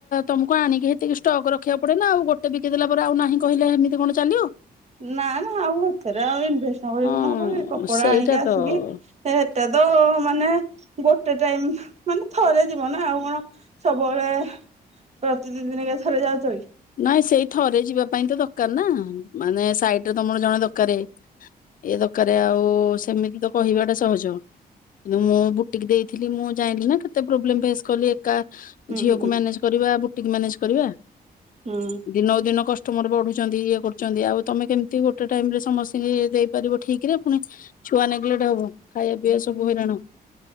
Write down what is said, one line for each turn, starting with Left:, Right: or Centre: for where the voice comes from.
Left: ତମକୁ ଆଣିକି ହେତିକି ଷ୍ଟକ ରଖିବାକୁ ପଡେନା ଆଉ ଗୋଟେ ବିକି ଦେଲା ପରେ ଆଉ ନାହିଁ କହିଲେ ଏମିତି କଣ ଚାଲିବ।
Right: ନା। ଆଉ ଏଥରେ ଆଉ ଇନଭେଷ୍ଟ ନ କଲେ
Left: ହଁ
Right: କଣ ହେବକି କପଡା
Left: ସେଇଟା
Right: ଆଣିକି ଆସିକି
Left: ତ
Right: ଏଟା ତ ନା ଗୋଟେ ଟାଇମ ମାନେ ଥରେ ଯିବନା ଆଉ କଣ ସବୁବେଳେ ପ୍ରତି ଦି ଦିନେକେ ଥରେ ଯାଉଛକି?
Left: ନାଇଁ ସେଇ ଥରେ ଯିବା ପାଇଁ ତ ଦରକାରନା ମାନେ ସାଇଟିରେ ତମର ଜଣେ ଦରକକାର ଏ ଦରକାର ଆଉ ସେମିତି ତ କହିବାଟା ସହଜ କିନ୍ତୁ ମୁଁ ବୁଟିକି ଦେଇଥିଲି ମୁଁ ଜାଣିଲିି ନା କେତେ ପ୍ରୋବ୍ଲେମ ଫେସ୍ କଲି। କା
Right: ହୁଁ
Left: ଝିଅକୁ
Right: ହୁଁ
Left: ମ୍ୟାନେଜ କରିବାକୁ ଟିକେ ମ୍ୟାନେଜ କରିବା।
Right: ହୁଁ
Left: ଦିନ ଦିନ କଷ୍ଟ କଷ୍ଟମର ବଢୁଛନ୍ତି ଇଏ କରୁଛନ୍ତି ଆଉ ତମେ କେମିତି ଗୋଟେ ଟାଇମ ରେ ସମସ୍ତଙ୍କୁ ଦେଇପାରିବ ଠିକରେ ପୁଣି ଛୁଆ ନେଗେଲେଟ ହବ ଖାଇବା ପିଇବା ସବୁ ହଇରାଣ।